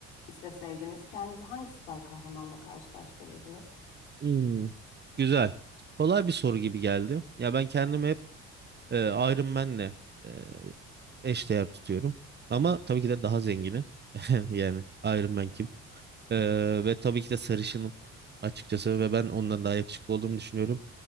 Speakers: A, on the left (about 80°); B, on the right (about 30°).
A: isteseydiniz, kendinizi hangi süper kahramanla karşılaştırırdınız?
B: Hmm. Güzel. Kolay bir soru gibi geldi. Ya ben kendimi hep e, Iron Man'le e, eşdeğer tutuyorum. Ama tabii ki de daha zengini. <laughs> Yani Iron Man kim? Ee, ve tabii ki de sarışınım açıkçası ve ben ondan daha yakışıklı olduğumu düşünüyorum.